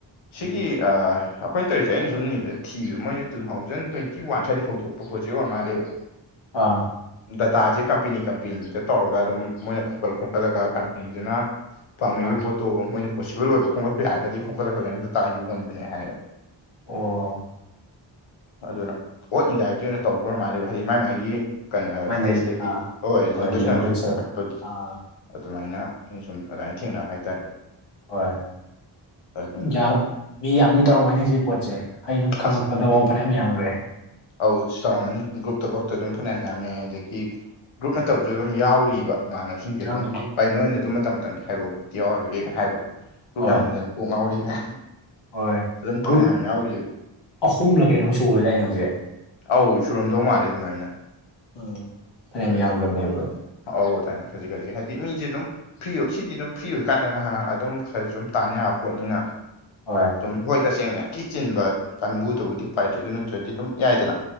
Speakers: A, on the left; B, on the left.
A: ꯁꯤꯒꯤ
B: ꯎꯝ
A: ꯑꯥ ꯑꯩꯈꯣꯏꯅ ꯇꯧꯖꯦ ꯑꯩꯅ ꯁꯨꯝ ꯅꯦꯇ ꯊꯤꯕ ꯃꯣꯏꯖꯦ ꯇꯨ ꯊꯥꯎꯖꯟ ꯇ꯭ꯋꯦꯟꯇꯤ ꯋꯥꯟ ꯁ꯭ꯋꯥꯏꯗꯩ ꯍꯧꯗꯣꯛꯄ ꯄ꯭ꯔꯣꯖꯦꯛ ꯋꯥꯛ ꯃꯥꯜꯂꯦꯕ <inaudible>
B: ꯑꯥ
A: ꯗꯥꯇꯥꯖꯦ ꯀꯝꯄꯦꯅꯤ ꯀꯝꯄꯦꯅꯤꯗ ꯇꯧꯔꯒ ꯑꯗꯨꯝ ꯃꯣꯏꯅ ꯈꯣꯝꯀꯠ ꯈꯣꯝꯀꯠꯂꯒ ꯀꯝꯄꯦꯅꯤꯗꯨꯅ ꯄꯥꯝꯅꯩꯕ
B: ꯑꯥ
A: ꯄꯣꯠꯇꯣ ꯃꯣꯏꯅ ꯄꯣꯁꯤꯕꯜ ꯑꯣꯏꯕ ꯈꯣꯝꯒꯠꯄꯥ ꯌꯥꯔꯒꯗꯤ ꯈꯣꯝꯠꯂꯒ ꯂꯥꯏꯌꯣꯟ ꯗꯥꯇꯥ ꯌꯣꯟꯕꯅꯦ ꯍꯥꯏꯌꯦꯕ
B: ꯑꯣ
A: ꯑꯗꯨꯅ ꯑꯣꯜ ꯏꯟꯗꯤꯌꯥꯒꯤ ꯑꯣꯏꯅ ꯇꯧꯕ ꯃꯥꯜꯂꯦꯕ ꯍꯥꯏꯗꯤ ꯃꯥ ꯃꯥꯥꯏꯒꯤ ꯀꯟꯍꯥꯔ꯭ꯁ
B: ꯃꯥꯏ
A: ꯁꯇꯦꯠ
B: ꯃꯥꯏ
A: ꯁꯇꯦꯠꯀꯤ
B: ꯑꯥ
A: ꯍꯣꯏ ꯂꯦꯡꯒ꯭ꯋꯦꯖ
B: ꯂꯦꯡꯒ꯭ꯋꯦꯖꯇꯣ
A: ꯃꯌꯥꯝꯁꯦ ꯈꯣꯝꯈꯠꯄꯒꯤ
B: ꯑꯥ
A: ꯑꯗꯨꯃꯥꯏꯅ ꯑꯩꯅ ꯁꯨꯝ ꯑꯗꯨꯃꯥꯏꯅ ꯊꯦꯡꯅꯕ ꯍꯥꯏꯇꯥꯔꯦ
B: ꯍꯣꯏ
A: ꯑꯗꯨꯅ
B: ꯌꯥꯝ ꯃꯤ ꯌꯥꯝꯗꯤ ꯇꯧꯔꯝꯒꯅꯤ ꯁꯤ ꯄꯣꯠꯁꯦ ꯑꯩꯅ ꯈꯪꯉꯛꯄꯗ
A: ꯑꯁ
B: ꯕꯥꯎ ꯐꯅꯌꯥꯝ ꯌꯥꯝꯒ꯭ꯔꯦ
A: ꯑꯧ ꯆꯥꯎꯔꯝꯒꯅꯤ ꯒ꯭ꯔꯨꯞꯇꯕꯥꯎꯛꯇ ꯑꯗꯨꯝ ꯐꯅꯌꯥꯝ ꯌꯥꯝꯃꯦ ꯑꯗꯒꯤ ꯒ꯭ꯔꯨꯞ
B: ꯎꯝ
A: ꯅꯠꯇ ꯑꯗꯨꯝ ꯌꯥꯎꯔꯤꯕ ꯏꯃꯥꯟꯅꯕꯁꯤꯡꯖꯦ
B: ꯌꯥꯎꯔꯝꯒꯅꯤ
A: ꯑꯗꯨꯝ ꯑꯩ ꯅꯣꯏꯅ
B: ꯎꯝ
A: ꯑꯗꯨ ꯃꯇꯝ ꯇꯪꯒꯤ ꯍꯥꯏꯔꯛꯑꯣ ꯒꯔ꯭ꯨꯞꯇꯤ ꯌꯥꯎꯔꯣꯏꯒꯦꯒ ꯍꯥꯏꯕ ꯄꯨꯠ
B: ꯍꯣꯏ
A: ꯌꯥꯝꯃꯟꯗꯅ ꯀꯣꯛ ꯉꯥꯎꯔꯤꯒ
B: ꯍꯣꯏ
A: ꯑꯗꯨꯝ ꯐꯅꯌꯥꯝ
B: ꯒ꯭ꯔꯨꯞ
A: ꯌꯥꯎꯔꯤꯕ
B: ꯑꯍꯨꯝꯂꯥ ꯀꯩꯅꯣꯝ ꯁꯨꯒ꯭ꯔꯥ ꯌꯥꯏꯅꯦ ꯍꯧꯖꯤꯛ
A: ꯑꯧ ꯁꯨꯔꯝꯗꯣ ꯃꯥꯜꯂꯦ ꯑꯗꯨꯃꯥꯏꯅ
B: ꯑꯥ ꯐꯅꯌꯥꯝ
A: ꯑꯗꯣ ꯑꯩꯁꯨ
B: ꯌꯥꯝꯒ꯭ꯔꯝꯅꯦꯕ
A: ꯑꯣꯛ ꯋꯥꯅꯤ ꯑꯧ ꯑꯗꯨꯥꯏꯅ ꯈꯖꯤꯛ ꯈꯖꯤꯛ ꯍꯥꯏꯗꯤ ꯃꯤꯖꯦ ꯑꯗꯨꯝ ꯐ꯭ꯔꯤ ꯑꯣꯏ ꯁꯤꯗꯤ ꯑꯗꯨꯝ ꯐ꯭ꯔꯤ ꯑꯣꯏ ꯀꯥꯟꯗꯒ ꯉꯍꯥꯛ ꯉꯥ ꯑꯗꯨꯝ ꯈꯔꯖꯨ ꯑꯗꯨꯝ ꯇꯥꯟ ꯌꯥ ꯄꯣꯠꯅꯤꯅ
B: ꯍꯣꯏ
A: ꯑꯗꯨꯝ ꯍꯣꯏ ꯇꯁꯦꯡ ꯌꯥꯝ ꯊꯤ ꯆꯤꯟꯕ ꯀꯥꯡꯕꯨꯗꯕꯨꯗꯤ ꯄꯥꯏꯗ꯭ꯔꯦ ꯑꯗꯨ ꯅꯠꯇ꯭ꯔꯗꯤ ꯑꯗꯨꯝ ꯌꯥꯏꯗꯅ